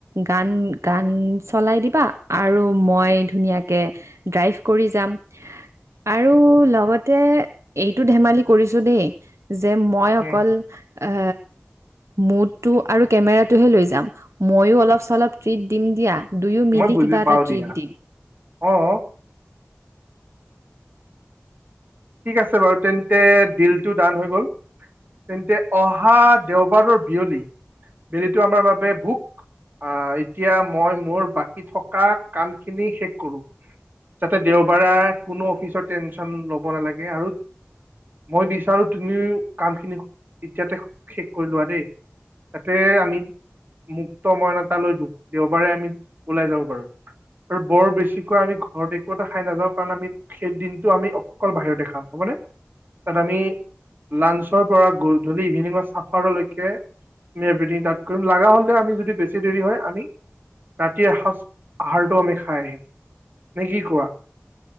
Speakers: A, on the right (about 80°); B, on the right (about 45°).
A: গান গান চলাই দিবা আৰু মই ধুনীয়া কে ড্ৰাইভ কৰি যাম। আৰু লগতে এইটো ধেমালি কৰিছো দেই। যে মই
B: উম
A: অকল এ মুডটো আৰু কেমেৰাটোহে লৈ যাম, ময়ো অলপ চলপ ট্ৰিট দিম দিয়া। দুয়ো মিলি
B: মই বুজি
A: কিবা
B: পাও
A: এটা
B: দিয়া
A: ট্ৰিট দিম
B: অ ঠিক আছে বাৰু তেন্তে দিলটো দান হৈ গ'ল তেন্তে অহা দেওবাৰৰ বিয়লি বিয়লিটো আমাৰ বাবে ভোক আহ এতিয়া মই মোৰ বাকী থকা কাম খিনি শেষ কৰো যাতে দেওবাৰে কোনো অফিচত টেনচন ল'ব নালাগে আৰু মই বিচাৰো তুমিও কামখিনি এতিয়াতে শেষ কৰি লোৱা দেই তাতে আমি মুক্ত মন এটা লৈ দিওঁ দেওবাৰে আমি ওলাই যাব পাৰো। আৰু বৰ বেছিকৈ আমি ঘৰত একো এটা খাই নাযাওঁ কাৰণ আমি সেই দিনতটো আমি অকল বাহিৰতে খাম হব নে। তাত আমি লাঞ্চৰ পৰা গধূলি ইভিনিঙৰ চাফাৰলৈকে ইভিনিং তাত কৰিম লগা হলে আমি যদি বেছি দেৰি হয় আমি ৰাতি এসাঁজ আহাৰটো আমি খাই আহিম নে কি কোৱা?